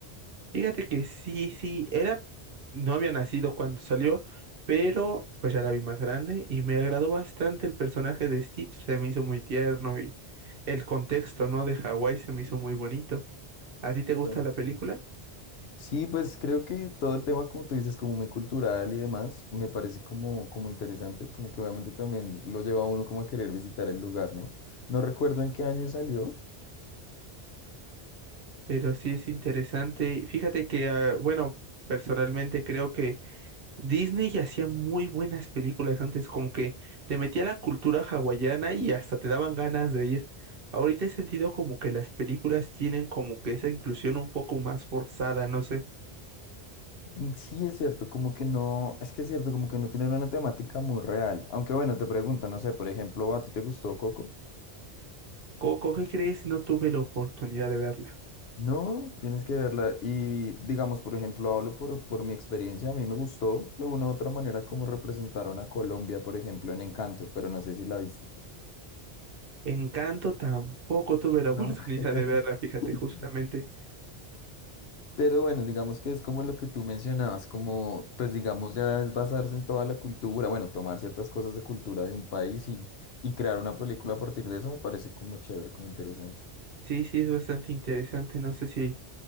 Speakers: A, on the right (about 60°); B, on the left (about 70°).
A: Fíjate que sí, sí, era, no había nacido cuando salió, pero pues ya la vi más grande y me agradó bastante el personaje de Stitch. Se me hizo muy tierno y el contexto, ¿no? De Hawái se me hizo muy bonito. ¿A ti te gusta
B: Bueno,
A: la
B: sí.
A: película?
B: Sí, pues creo que todo el tema, como tú dices, como muy cultural y demás, me parece como, como interesante y como que obviamente también lo lleva a uno como a querer visitar el lugar, ¿no? No recuerdo en qué año salió.
A: Pero sí es interesante. Fíjate que, ah, bueno, personalmente creo que Disney hacía muy buenas películas antes, como que te metía la cultura hawaiana y hasta te daban ganas de ir. Ahorita he sentido como que las películas tienen como que esa inclusión un poco más forzada, no sé.
B: Mm, Sí, es cierto, como que no, es que es cierto, como que no tienen una temática muy real. Aunque bueno, te pregunto, no sé, por ejemplo, ¿a ti te gustó Coco?
A: Coco, ¿qué crees? No tuve la oportunidad de verla.
B: No, tienes que verla. Y digamos, por ejemplo, hablo por, por mi experiencia. A mí me gustó de una u otra manera cómo representaron a Colombia, por ejemplo, en Encanto, pero no sé si la viste.
A: Encanto tampoco tuve la
B: No.
A: <laughs> oportunidad de verla, fíjate,
B: <laughs>
A: justamente.
B: Pero bueno, digamos que es como lo que tú mencionabas, como, pues digamos, ya es basarse en toda la cultura, bueno, tomar ciertas cosas de cultura de un país y, y crear una película a partir de eso me parece como chévere, como interesante.
A: Sí, sí, es bastante interesante. No sé si